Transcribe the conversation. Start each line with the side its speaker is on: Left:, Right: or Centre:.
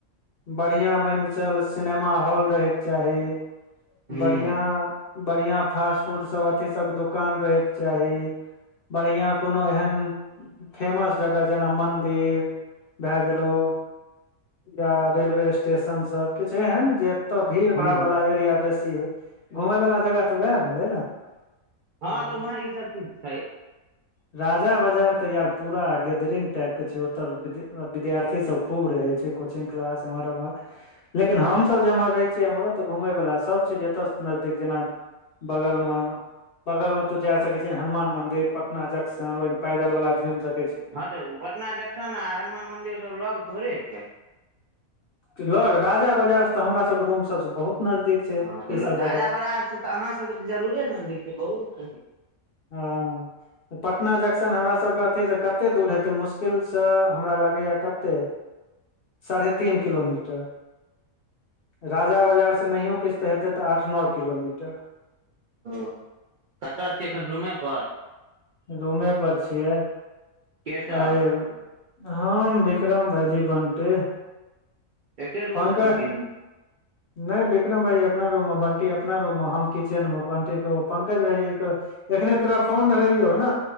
Left: बढ़िया मान कऽ चल सिनेमा हॉल रहैके चाही
Right: ह
Left: बढ़िआँ बढ़िआँ फास्ट फूडसभ अथि सभ दोकान रहै के चाही बढ़िआँ कोनो एहन फेमस जगह जेना मन्दिर भए गेलौ या रेलवे स्टेशन सब किछ एहन जे। तऽ भीड़
Right: ह
Left: भाड़ वाला एरिया बेसी घूमय वला जगह तऽ उएह भेलै ने।
Right: हाँ
Left: हँ,
Right: तऽ उम्हर ई सब चीज छै
Left: राजा बाजार त यार पूरा गेदरिंग टाइप के छैय ओत विद्यार्थी सब खूब रहे छैय। कोचिंग क्लास इहर ऐमहर लेकिन हमसभ जेम्हर रहै छियै एमहरो तऽ घुमयवला सब छैय एतय नजदीक जेना। बगल म बगल में ओतौ जाय सकै छैय हनुमान मंदिर। ना जंक्शन पैदल वला‌ छै
Right: हाँ तऽ पटना जंक्शन आ हनुमान मंदिर सब लौग थोड़े छै
Left: लग राजा बाजार तऽ हमरा सबके रूम सबसे बहुत नजदीक छैय
Right: हँ तऽ
Left: इ सब
Right: राजा
Left: जगह।
Right: बरार से तऽ अहाँ सबके तऽ जरुरे नजदीक छै बहुत नजदीक।
Left: हाँ। पटना जंक्शन हमरा सबके अथी से कते दूर हेतै मुश्किल से हमरा लगैया कते। सारहे तीन किलोमीटर। राजा बजार से नहियो किछ तऽ हेतै तऽ आठ नओ किलोमीटर।
Right: हॅं कतऽ छियै एखन रूमे पर।
Left: रूमे पर छियै
Right: के सब
Left: आय हम बिक्रम भाइजी बंटी
Right: एके रूम
Left: पंकज।
Right: मे छी तीनू
Left: <inaudible> नै बिक्रम भाई अपना रूम मे बंटी अपना रूम मे हम किचेन मे बंटीे के ओ पंकज भाईजी के। एखने तोरा फोन धरलियौ। हन